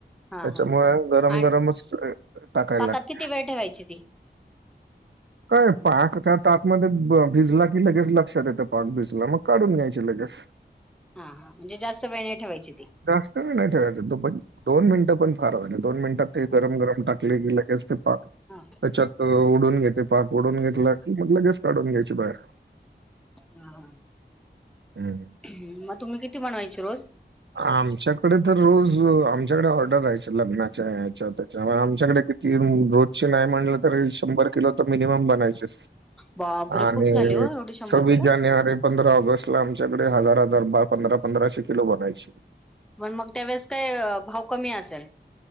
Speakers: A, in the centre; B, on the right (about 80°).
A: हा
B: त्याच्यामुळे
A: हा
B: गरम
A: आणि
B: गरमच टाकायला
A: पाकात
B: लागते.
A: किती वेळ ठेवायची ती?
B: काय पाक त्यातं आतमध्ये भिजला की लगेच लक्षात येत पाक भिजला. मग काढून घ्यायचे लगेच. <inaudible>
A: हा हा. म्हणजे जास्त वेळ नाही ठेवायची ती.
B: जास्त नाही ना ठेवायचं. दुप- दोन मिनिटं पण फार झाली. दोन मिनिटात ते गरम गरम टाकले की लगेच ते पाक त्याच्यात
A: हा
B: ओढून घेते. पाक ओढून घेतला की मग लगेच काढून घ्यायची बाहेर.
A: ह.
B: हं.
A: मग तुम्ही किती बनवायची रोज?
B: आमच्याकडे तर रोज. आमच्याकडे ऑर्डर राहायची लग्नाच्या याच्या-त्याच्या आमच्याकडे ती रोजची नाही म्हणलं तरी, शंभर किलो तर मिनिमम बनायचे.
A: बापरे
B: आणि
A: खूप झाली हो एवढी शंभर
B: सव्वीस
A: किलो
B: जानेवारी पंधरा ऑगस्ट ला आमच्याकडे हजार-हजार बा पंधरा-पंधराशे किलो बनायचे.
A: मण मग त्यावेळेस काय भाव कमी आसल.